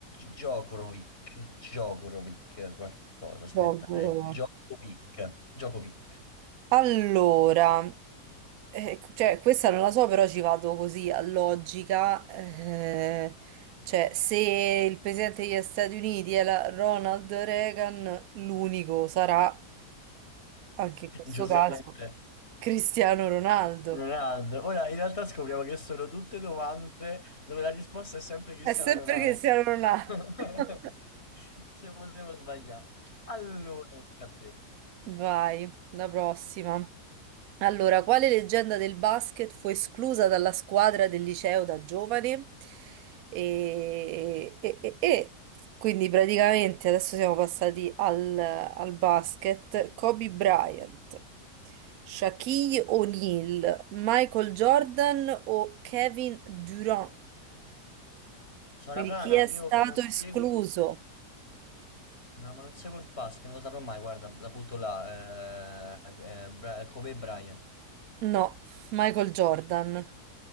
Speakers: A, on the left; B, on the right.
A: Djokovic, Djokovic, qualcosa, aspetta,
B: gioco.
A: è Djokovic, Djokovic,
B: Allora. Eh, ecco, cioè, questa non la so, però ci vado così a logica. eh, cioè, se il presidente degli Stati Uniti è la- Ronald Reagan, l'unico sarà, anche in questo
A: giustamente,
B: caso, Cristiano Ronaldo.
A: Ronaldo. Ora, in realtà scopriamo che sono tutte domande dove la risposta è sempre Cristiano
B: È sempre
A: Ronaldo.
B: Cristiano Ronaldo.
A: <laughs>
B: <laughs>
A: Se potevo sbagliare. Allora, tocca a te.
B: Vai, la prossima. Allora, quale leggenda del basket fu esclusa dalla squadra del liceo da giovane? E, e- e- e- quindi praticamente adesso siamo passati al, al basket. Kobe Bryant, Shaquille O'Neal, Michael Jordan o Kevin Durant?
A: Sono
B: Quindi
A: frana,
B: chi è
A: io
B: stato
A: non
B: escluso?
A: seguo, no, ma non seguo il basket, non lo saprò mai, guarda, la butto là, eh, eh, Bra- eh, Kobe Bryant.
B: No, Michael Jordan.